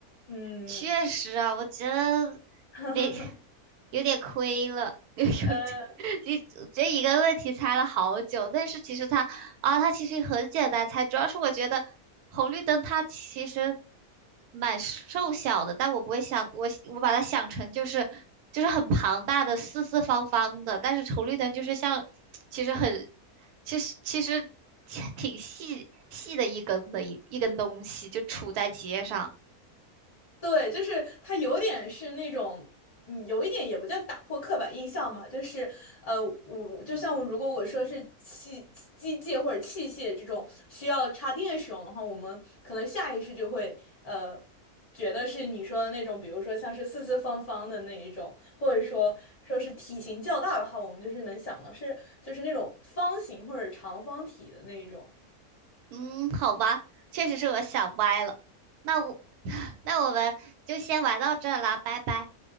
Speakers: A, on the left; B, on the right.
A: 嗯，
B: 确实啊，我觉得没
A: <laughs>
B: 有点亏了，<laughs> 有有点，
A: 呃，
B: 就这一个问题猜了好久，但是其实它啊，它其实很简单猜，主要是我觉得红绿灯它其实蛮瘦小的，但我不会想我我把它想成就是就是很庞大的四四方方的，但是红绿灯就是像其实很其实其实 <laughs> 挺细细的一根的一一根东西就杵在街上。
A: 对，就是它有点是那种，嗯有一点也不叫打破刻板印象嘛，就是呃，我就像我如果我说是器机械或者器械这种需要插电使用的话，我们可能下意识就会呃觉得是你说的那种，比如说像是四四方方的那一种，或者说说是体型较大的话，我们就是能想到是就是那种方形或者长方体的那一种。
B: 嗯，好吧，确实是我想歪了。那我 <laughs> 那我们就先玩到这儿啦，拜拜。